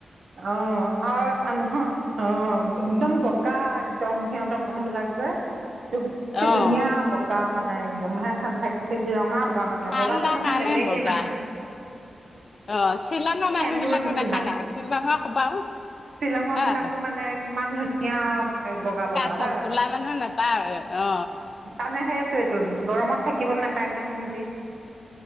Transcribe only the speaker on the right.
অ', আৰু আনহয় <unintelligible> অ', একদম বগা একদম সিহঁতৰ মানুহ বিলাক যে, দু-
দুুনীয়া বগা মানে একদম হে', থাকি -থাকি ৰঙা বগা মানে
বগাটো মানে
বেলেগেই
মানে
সেন্দুৰ
নিচিনা
শ্বিলঙৰ
বিলাকো মানে কিমান ধুনীয়া বগা- বগা
হা
আমি হে ', গৰমত থাকিব নাপ তাইজ আহ মধি